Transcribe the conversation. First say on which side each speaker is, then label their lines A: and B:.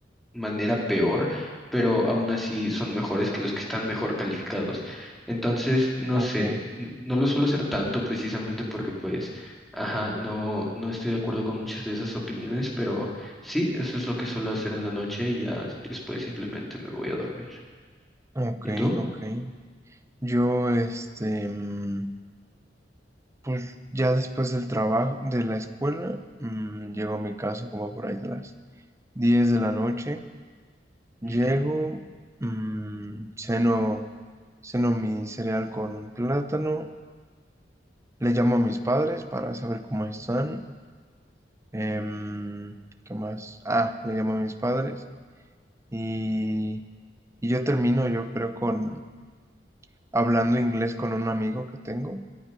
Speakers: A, in the centre; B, on the right (about 15°).
A: manera peor, pero aún así son mejores que los que están mejor calificados. Entonces, no
B: ok,
A: sé, n- no lo suelo hacer tanto precisamente porque pues, ajá, no, no estoy de acuerdo con muchas de esas opiniones, pero sí, eso es lo que suelo hacer en la noche y ya después simplemente me voy a dormir.
B: ok,
A: ¿Y tú?
B: ok. Yo, este, mm, pues ya después del trabajo, de la escuela, mm, llego a mi casa como por ahí de las 10 de la noche, llego,
A: Ujú,
B: mm, ceno, ceno mi cereal con plátano, le llamo a mis padres para saber cómo están, em, ¿qué más? Ah, le llamo a mis padres y, y yo termino, yo creo, con hablando inglés con un amigo que tengo